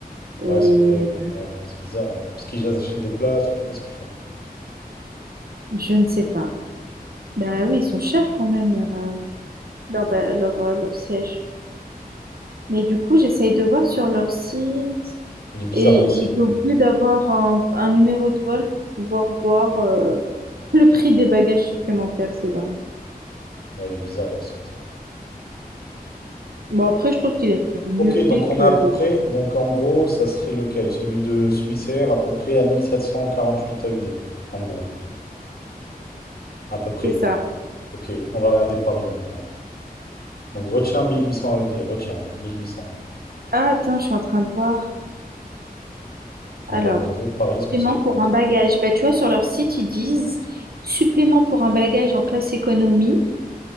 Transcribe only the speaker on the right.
Et
voilà.
je ne sais pas. Bah oui, ils sont chers quand même. euh. leur, ba- leur, euh, leur siège. Mais du coup, j'essaye de voir sur leur site
et
ils
t'obligent
d'avoir un, un numéro de vol pour pouvoir voir euh, le prix des bagages supplémentaires. C'est dingue.
Bon, après, je trouve qu'il est mieux
fait
que...
C'est ça.
Ah, attends, je suis en train de voir.
Alors,
supplément
pour un bagage. Bah, tu vois, sur leur site, ils disent supplément pour un bagage en classe économie